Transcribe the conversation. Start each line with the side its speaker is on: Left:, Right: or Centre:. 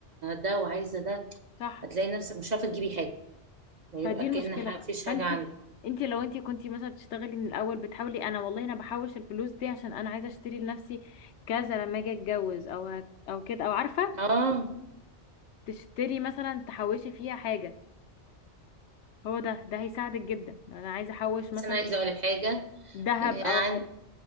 Right: ده وعايزة ده
Left: صح
Right: هتلاقي نفسك مش عارفة تجيبي حاجة ويبقى
Left: فدي
Right: كأن
Left: المشكله
Right: ح-
Left: بقى
Right: مفيش
Left: فانتي
Right: حاجة عندي
Left: انتي لو انتي كنتي مثلا بتشتغلي من الاول بتحاولي انا والله انا بحوش الفلوس دي عشان انا عايزه اشتري لنفسي كذا لما اجي اتجوز او هك- او كده او عارفه
Right: اه
Left: تشتري مثلا تحوشي فيها حاجه هو ده ده هيساعدك جدا لو انا عايزه احوش مثلا
Right: بس انا عايزة اقولك حاجة
Left: ذهب
Right: يعني
Left: او حاجه